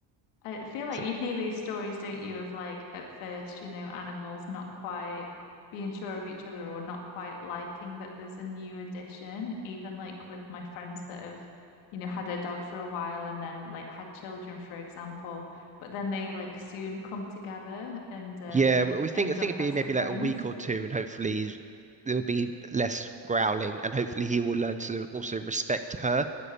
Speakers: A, on the left; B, on the right.
A: I feel like
B: So,
A: you hear these stories, don't you, of like at first, you know, animals not quite being sure of each other or not quite liking that there's a new addition. Even like with my friends that have, you know, had a dog for a while and then like had children, for example, but then they like soon come together and um
B: yeah, we we think
A: end
B: I think
A: up
B: it'd
A: best
B: be maybe
A: of friends.
B: like a week or two, and hopefully he's- there'll be less growling, and hopefully he will learn to also respect her